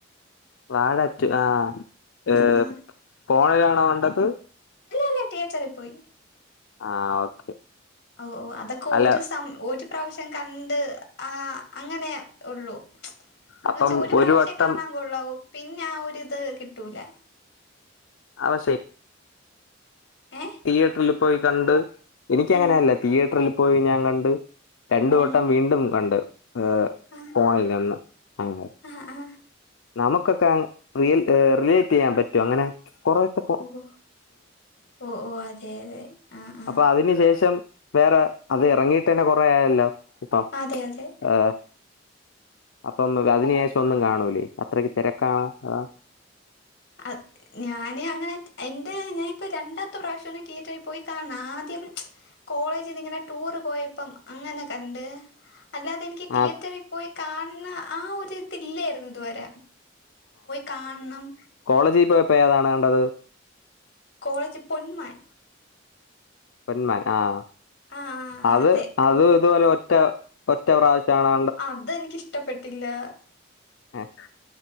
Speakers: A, on the left (about 75°); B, on the left (about 60°).
A: വാഴ റ്റു ആഹ്
B: ആ
A: ഏഹ്
B: ആ
A: ഫോണിലാണോ കണ്ടത്?
B: ല്ല തിയേറ്ററി പോയി
A: ആഹ് ഓക്കെ
B: ഓഹ് ഓഹ് അതൊക്കെ
A: അല്ല
B: ഒരു സം ഒരു പ്രാവശ്യം കണ്ട് ആഹ് അങ്ങനെ ഒള്ളു
A: അപ്പം
B: ന്നച്ചാ ഒരു പ്രാവശ്യേ
A: വട്ടം
B: കാണാൻ കൊള്ളാവു പിന്നെ ആഹ് ഒരിത് കിട്ടൂല
A: അവ ശേ
B: ഏ
A: തിയേറ്ററിൽ പോയി കണ്ട് എനിക്ക്
B: ഉം
A: അങ്ങനെല്ല തിയേറ്ററിൽ പോയി ഞാൻ കണ്ട് രണ്ട് വട്ടം
B: ഉം
A: വീണ്ടും കണ്ട് ഏഹ്
B: ആ
A: ഫോണിൽ നിന്ന് ആഹ്
B: ആ ആ
A: നമുക്കൊക്കെ റിയൽ റിലേറ്റ്യ്യാൻ പറ്റൊ അങ്ങനെ കൊറെക്കെ
B: ഓഹ് ഓഹ് ഓഹ് അതെ അതെ ആ ആ
A: അപ്പൊ അതിന് ശേഷം വേറെ അത് എറങ്ങീട്ടന്നെ കൊറെ ആയല്ലോ ഇപ്പം
B: അതെ അതെ
A: ആഹ് അപ്പം അതിന് ശേഷം ഒന്നും കാണൂലേ അത്രക്ക് തെരക്കാണോ? അതാ
B: അ ഞാന് അങ്ങനെ എന്റെ ഞാനിപ്പോ രണ്ടാമത്തെ പ്രാവശ്യാണ് തിയേറ്ററിൽ പോയി കാൺണെ ആദ്യം കോളേജിന്ന് ഇങ്ങനെ ടൂറ് പോയപ്പം അങ്ങനെ കണ്ട് അല്ലാതെ എനിക്ക് തിയേറ്ററിൽ
A: ആ
B: പോയി കാൺണെ ആഹ് ഒരു ഇതില്ലായിരുന്നു ഇതുവരെ കാൺണം
A: കോളേജി പോയപ്പോ ഏതാണ് കണ്ടത്?
B: കോളേജ് പൊന്മാൻ
A: പെന്മാൻ ആഹ്
B: ആ
A: അത്
B: അതെ
A: അത് ഇതുപോലെ ഒറ്റ ഒറ്റ പ്രാവശ്യാണോ
B: അതെനിക്കിഷ്ടപ്പെട്ടില്ലാ
A: ഏയ്